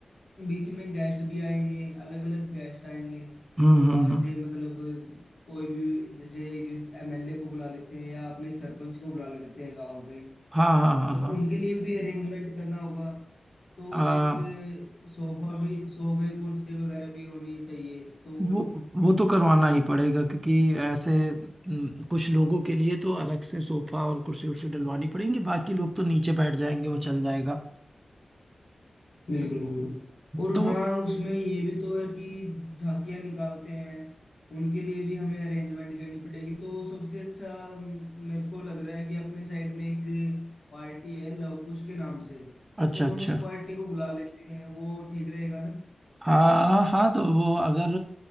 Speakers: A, on the left (about 50°); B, on the right (about 30°).
A: बीच में गेस्ट भी आएंगे अलग अलग गेस्ट आएंगे
B: हम्म
A: बाहर
B: हम्म हम्म,
A: से मतलब कोई भी जैसे एमएलए को बुला लेते हैं या अपने सरपंच को बुला लेते हैं गांव के
B: हाँ हाँ
A: तो
B: हाँ
A: उनके लिए भी अरेंजमेंट करना होगा तो
B: हाँ
A: एक सोफा भी सोफे कुर्सी वगैरह भी होनी चाहिए तो
B: वो वो तो करवाना ही पड़ेगा क्योंकि ऐसे हम्म, कुछ लोगों के लिए तो अलग से सोफा और कुर्सी उर्सी डलवानी पड़ेंगी बाकी लोग तो नीचे बैठ जाएंगे वो चल जाएगा
A: बिल्कुल बिल्कुल और
B: तो
A: हाँ उसमें ये भी तो है कि झांकियाँ निकालते हैं उनके लिए भी हमें अरेंजमेंट करनी पड़ेगी तो सबसे अच्छा अम, मेरे को लग रहा है कि अपने साइड में एक पार्टी है लव कुश के नाम से
B: अच्छा
A: तो हम
B: अच्छा
A: उस पार्टी को बुला लेते हैं वो ठीक रहेगा
B: हाँ हाँ तो वो अगर